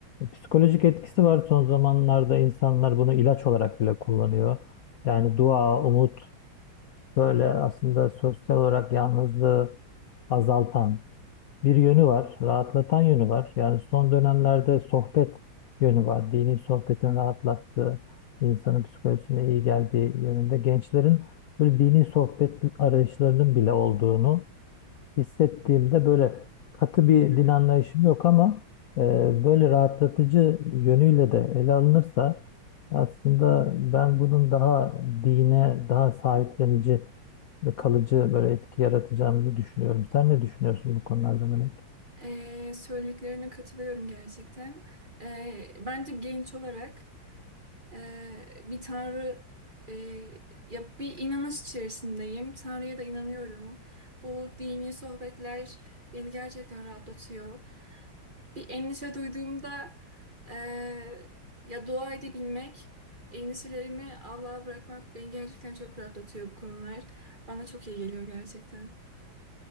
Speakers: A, on the left; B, on the right.
A: psikolojik etkisi var son zamanlarda insanlar bunu ilaç olarak bile kullanıyor. Yani dua, umut böyle aslında sosyal olarak yalnızlığı azaltan, bir yönü var, rahatlatan yönü var. Yani son dönemlerde sohbet yönü var. Dini sohbetin rahatlattığı, insanın psikolojisine iyi geldiği yönünde. Gençlerin böyle dini sohbet arayışlarının bile olduğunu hissettiğimde böyle katı bir
B: Hı hı.
A: din anlayışım yok ama e, böyle rahatlatıcı yönüyle de ele alınırsa aslında ben bunun daha dine, daha sahiplenici ve kalıcı böyle etki yaratacağımızı düşünüyorum. Sen ne düşünüyorsun bu konularda Melek?
B: Ee, söylediklerine katılıyorum gerçekten. Ee, bence genç olarak e, bir Tanrı e, ya bir inanış içerisindeyim. Tanrı'ya da inanıyorum. Bu dini sohbetler beni gerçekten rahatlatıyor. Bir endişe duyduğumda eee, ya dua edebilmek, endişelerimi Allah'a bırakmak beni gerçekten çok rahatlatıyor bu konular. Bana çok iyi geliyor gerçekten.